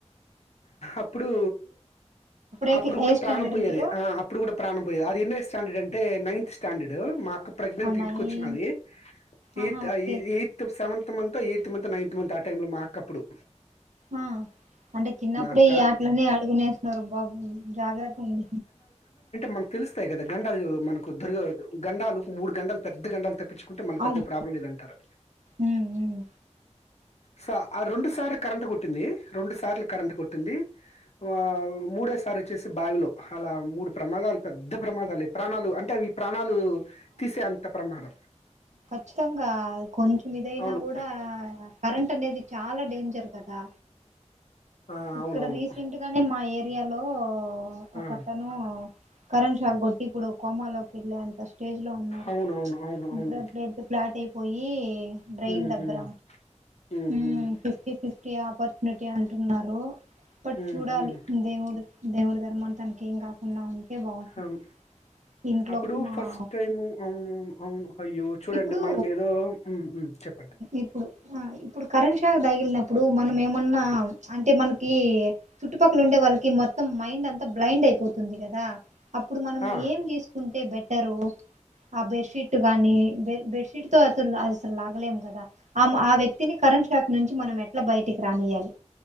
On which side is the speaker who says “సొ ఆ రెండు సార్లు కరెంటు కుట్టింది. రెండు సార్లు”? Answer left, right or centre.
Left